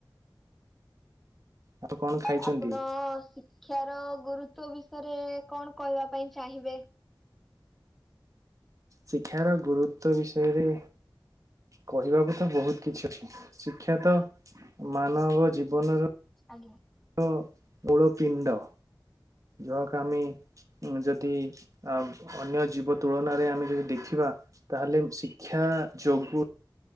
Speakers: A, on the right (about 40°); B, in the centre.
A: ଆପଣ କଣ
B: ସାର୍
A: ଖାଇଛନ୍ତି?
B: ଆପଣ ଶିକ୍ଷାର ଗୁରୁତ୍ଵ ବିଷୟରେ କଣ କହିବା ପାଇଁ ଚାହିଁବେ?
A: ଶିକ୍ଷାର ଗୁରୁତ୍ୱ ବିଷୟରେ କହିବାକୁ ତ ବହୁତ କିଛି ଅଛି। ଶିକ୍ଷା ତ ମାନବ ଜୀବନର
B: ଆଜ୍ଞା।
A: ର ମୂଳ ପିଣ୍ଡ, ଯହାକ ଆମେ ଉଁ ଯଦି ଅ ଅନ୍ୟ ଜୀବ ତୁଳନାରେ ଆମେ ଯଦି ଦେଖିବା ତାହେଲେ ଶିକ୍ଷା ଯୋଗୁ